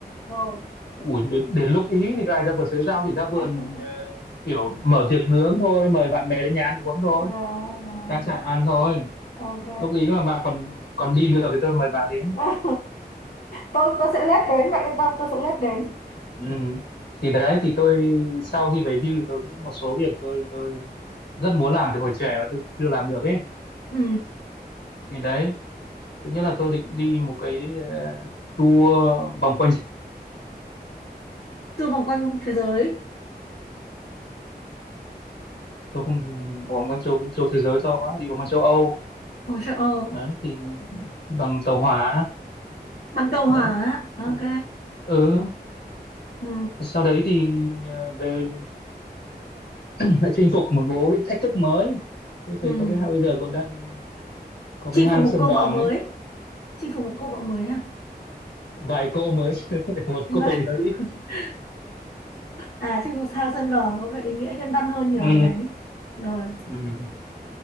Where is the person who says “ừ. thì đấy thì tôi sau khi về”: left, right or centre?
Left